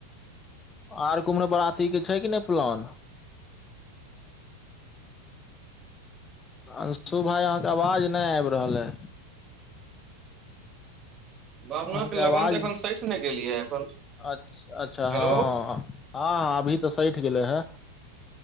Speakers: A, on the left; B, on the right.
A: आर कुमरो बरात। तीके छै कि नहि प्लान। अंशठु भाय अहाँकेँ आवाज नहि आबि रहल ऐ
B: बाबना
A: अहाँकेँ
B: के लगन
A: आवाज
B: तऽ एखन सठि ने गेलियै एखन
A: अच्छा अच्छा
B: हेलो
A: हँ ह अभी तऽ सठि गेलै हे